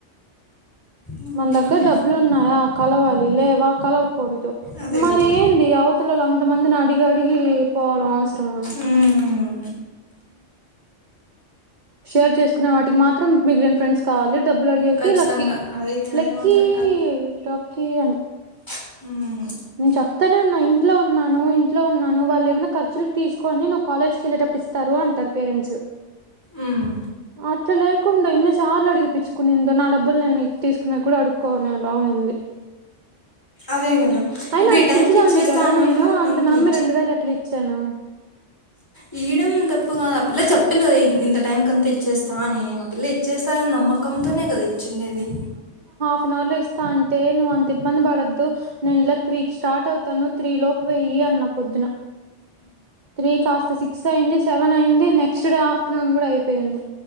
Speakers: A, on the left; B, on the right.
A: అవునులే.
B: మన దగ్గర డబ్బులు ఉన్నాయా కలవాలి లేవ కలవకూడదు
A: అదే
B: మరి
A: కదా
B: ఏంది అవత లోల అంత మందిని అడిగి అడిగి పోవడం అవసరమా
A: మ్మ్.
B: షేర్ చేసుకునే వాటికి మాత్రం మిగిలిన ఫ్రెండ్స్ కావాలి డబ్బులు అడిగేకి
A: ఖచ్చితంగా
B: లక్కీ
A: అది
B: లక్కీ
A: అది మాత్రం
B: లక్కీ అని
A: హ <inaudible>
B: నేను చెప్తనే ఉన్నా ఇంట్లో ఉన్నాను ఇంట్లో ఉన్నాను వాళు ఏమైనా ఖర్చులుకు తీసుకోని నువ్వు కాలేజ్ కి వెళ్ళేటప్పుడు ఇస్తారు అంటారు పేరెంట్స్
A: మ్మ్.
B: అట్లా లేకుండా ఇన్నిసార్లు అడిగిపిచ్చుకునిండు నాడబ్బు డబ్బులు నేను ఇచ్చి తీసుకునే గూడా అడుక్కునే లావుంది
A: అదే కదా
B: అయినా
A: ఇప్పుడు
B: అంత
A: ఈ టైంకి
B: పిచ్చిదాన్ని
A: ఇచ్చేస్తా
B: కదా
A: అన్నప్పుడు
B: నేను
A: ఆ
B: అంత
A: టైంకి
B: నమ్మి రెండు వేలు ఎట్లా ఇచ్చాను
A: యియ్యడం తప్పు గాదు ఆ పిల్ల చెప్పింది గద ఇంత టైం కంత తెచ్చేస్త తా అని ఆ పిల్ల ఇచ్చేస్తాని నమ్మకంతోనే గదా ఇచ్చిండేది
B: వన్ అవర్ లో ఇస్తా అంటే నువ్వు అంత ఇబ్బంది పడొద్దు నేను ఇలా త్రీకి స్టార్ట్ అవుతాను త్రీ లోపు వెయ్యి అన్న పొద్దున త్రీ కాస్త సిక్స్ అయింది సెవెన్ అయింది నెక్స్ట్ డే ఆఫ్టర్నూన్ గూడా అయిపోయింది